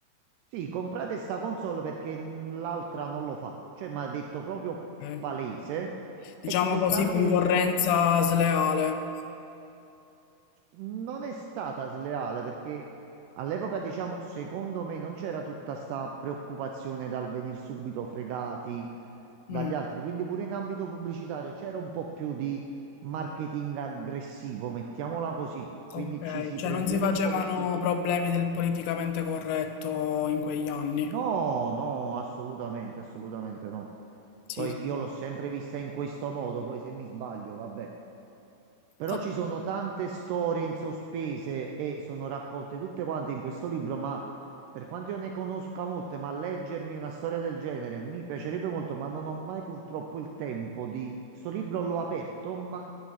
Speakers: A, on the right (about 80°); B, on the left (about 80°).
A: Sì, comprate sta console perché n- l'altra non lo fa. Cioè, mi ha detto proprio
B: Ok.
A: palese
B: Diciamo
A: e ci sono
B: così,
A: tanti
B: concorrenza
A: risvolti.
B: sleale.
A: non è stata sleale perché all'epoca, diciamo, secondo me non c'era tutta sta preoccupazione dal venire subito fregati dagli
B: Mm,
A: altri, quindi pure in ambito pubblicitario c'era un po' più di marketing aggressivo, mettiamola così, quindi
B: ok,
A: ci si
B: cioè
A: prendeva
B: non si facevano
A: un pochettino. in
B: problemi
A: giro.
B: del politicamente corretto in quegli anni.
A: No, no, assolutamente, assolutamente no.
B: Sì,
A: Poi
B: sì.
A: io l'ho sempre vista in questo modo, poi se mi sbaglio, vabbè. Però
B: Ok.
A: ci sono tante storie in sospese e sono raccolte tutte quante in questo libro, ma per quanto io ne conosca molte, ma leggermi una storia del genere mi piacerebbe molto, ma non ho mai purtroppo il tempo di... Sto libro l'ho aperto, ma...